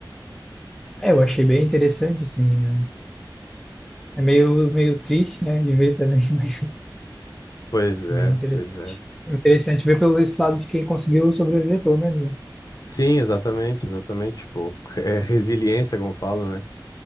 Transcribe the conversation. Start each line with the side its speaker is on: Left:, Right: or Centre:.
Centre: é, eu achei bem interessante, assim, né? É meio, meio triste, né, de ver também, <laughs> mas
Left: Pois é,
Centre: bem interessante.
Left: pois é.
Centre: Interessante ver pelo esse lado de quem conseguiu sobreviver, pelo menos.
Left: Sim, exatamente, exatamente. Tipo, é resiliência, como falam, né?